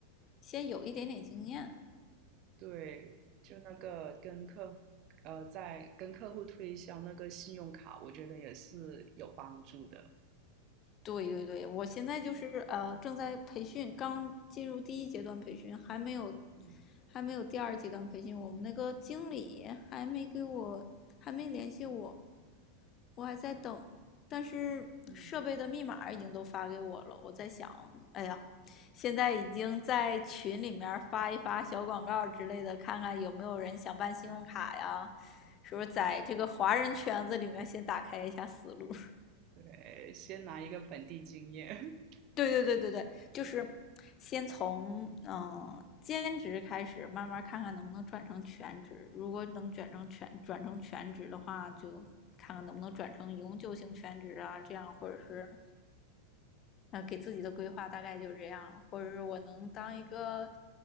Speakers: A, on the left (about 30°); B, on the right (about 40°).
A: 先有一点点经验。
B: 对，就那个跟客，呃，在跟客户推销那个信用卡，我觉得也是有帮助的。
A: 对对对，我现在就是呃正在培训，刚进入第一阶段培训，还没有
B: 嗯
A: 还没有第二阶段培训。我们那个经理还没给我还没联系我，我还在等，但是设备的密码已经都发给我了。
B: 嗯，
A: 我在想，哎呀，现在已经在群里面发一发小广告之类的，看看有没有人想办信用卡呀？是不是在这个华人圈子里面先打开一下思路？
B: 对，先拿一个本地经验。
A: <laughs> 对对对对对，就是先从嗯、呃兼职开始，慢慢看看能不能转成全职。如果能转成全转成全职的话，就看看能不能转成永久性全职啊，这样或者是啊，给自己的规划大概就是这样，或者是我能当一个